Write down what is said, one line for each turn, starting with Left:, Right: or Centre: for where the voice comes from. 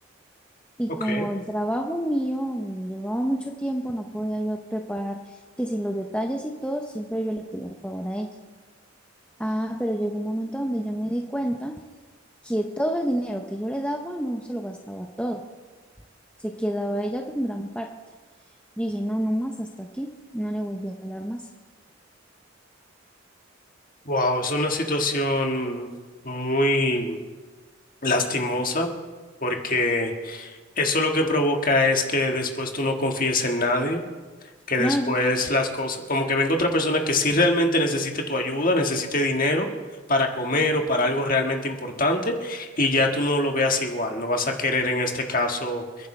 Centre: Y
Left: ok.
Centre: como el trabajo mío me llevaba mucho tiempo, no podía yo preparar que si los detalles y todo, siempre yo le pedía el favor a ella. Ah, pero llegó un momento donde yo me di cuenta que todo el dinero que yo le daba no se lo gastaba todo, se quedaba ella con gran parte. Yo dije, no, no más hasta aquí, no le volví a hablar más.
Left: Wow, es una situación muy lastimosa porque eso lo que provoca es que después tú no confíes en nadie. que
Centre: Claro.
Left: después las cosas, como que venga otra persona que sí realmente necesite tu ayuda, necesite dinero para comer o para algo realmente importante, y ya tú no lo veas igual, no vas a querer en este caso,